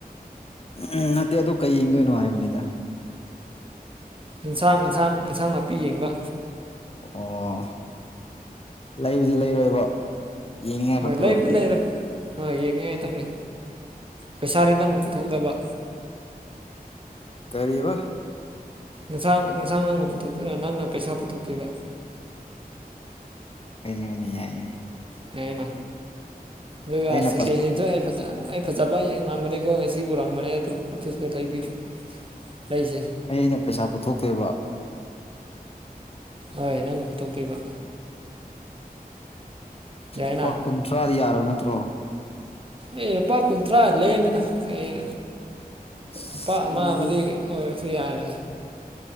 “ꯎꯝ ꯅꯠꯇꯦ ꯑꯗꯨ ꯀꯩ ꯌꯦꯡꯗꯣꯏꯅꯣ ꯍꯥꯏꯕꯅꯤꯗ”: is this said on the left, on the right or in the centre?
Left